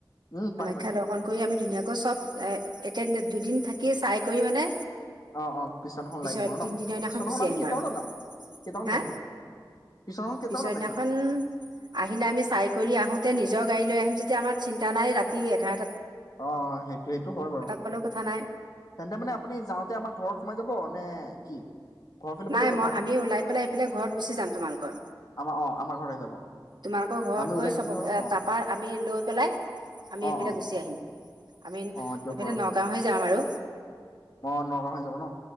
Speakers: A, on the left (about 50°); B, on the right (about 65°).
A: উম পাৰিম পাৰি
B: কে দৰ্শন কৰি আমি ধুনীয়াকৈ চব একে, দুদিন থাকি চাই কৰি মানে
A: অ অ পিছদিনাখন
B: পিছত
A: ওলাই দিম আৰু
B: তিনদিনৰ
A: ন
B: দিনাখন
A: পিছদিনাখন
B: গুচি
A: আমি
B: আহিম
A: কেইটামানত
B: আৰু।
A: ওলাম কেইটামানত
B: হা?
A: আহিব পিছদিনাখন কেইটামানত
B: পিছৰ দিনাখন
A: আহিব
B: আহিলে আমি চাই কৰি আহোতে নি নিজৰ গাড়ী লৈ আহিম যেতিয়া আমাৰ চিন্তা নাই ৰাতি এঘাৰতা
A: অ সেইটো সেইটো হয় বাৰু
B: পালেও কথা নাই
A: তেন্তে মানে আপুনি যাওঁতে আমাৰ ঘৰত সোমাই যাব নে কি? ঘৰৰ ফালৰ পৰা
B: নাই
A: লৈ যাব
B: মই
A: আমাক
B: আমি ওলাই পেলাই সেইফালে ঘৰত গুচি যাম তোমালোকৰ।
A: আমাৰ অ আমাৰ ঘৰত আহি যাব
B: তোমালোকৰ ঘৰত
A: আমি ওলাই
B: গৈ
A: দিম
B: চবকে
A: ধৰ অ
B: তাৰাপা আমি লৈ পেলাই আমি
A: অ
B: এইফালে
A: অ
B: গুচি আহিম। আমি
A: অ দিয়ক
B: এইফালে
A: বাৰু
B: নগাঁও হৈ যাম আৰু।
A: অ নগাঁও হৈ যাব ন?